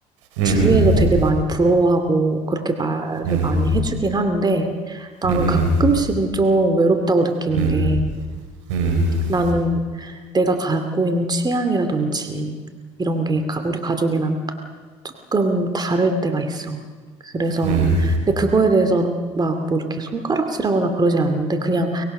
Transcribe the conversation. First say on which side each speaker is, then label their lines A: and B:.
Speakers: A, on the right (about 85°); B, on the right (about 25°).
A: 음
B: 주위에서
A: 음.
B: 되게 많이 부러워하고 그렇게 말을
A: 음.
B: 많이 해주긴 하는데 나는
A: 음 음.
B: 가끔씩은 좀 외롭다고
A: 음. 음. 음. 음.
B: 느끼는 게
A: 음. 음.
B: 나는 내가 갖고 있는 취향이라든지 이런 게 가- 우리 가족이랑 조금 다를 때가 있어. 그래서
A: 음.
B: 근데 그거에 대해서 막 뭐 이렇게 손가락질하거나 그러진 않는데 그냥